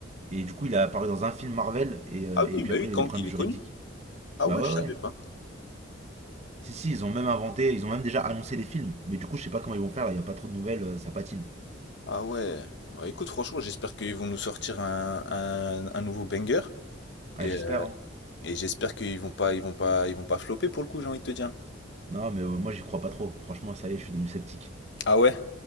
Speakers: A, on the right (about 35°); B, on the left (about 65°).
A: Et du coup, il a apparu dans un film Marvel, et, euh,
B: Ah
A: et
B: oui,
A: puis
B: bah
A: après,
B: oui,
A: il
B: Kang,
A: a des problèmes
B: il est
A: juridiques.
B: connu. Ah
A: Bah
B: ouais,
A: ouais,
B: je Ouais. savais
A: ouais.
B: pas.
A: Si, si, ils ont même inventé, ils ont même déjà annoncé les films. Mais du coup, je sais pas comment ils vont faire, là, il n'y a pas trop de nouvelles, euh, ça patine.
B: Ah ouais. Bah, écoute, franchement, j'espère qu'ils vont nous sortir un, un- un nouveau banger. Et,
A: Ouais, j'espère,
B: euh,
A: hein.
B: et j'espère qu'ils vont pas, ils vont pas, ils vont pas flopper pour le coup, j'ai envie de te dire.
A: Non, mais euh, moi, j'y crois pas trop. Franchement, ça y est, je suis devenu sceptique.
B: Ah ouais?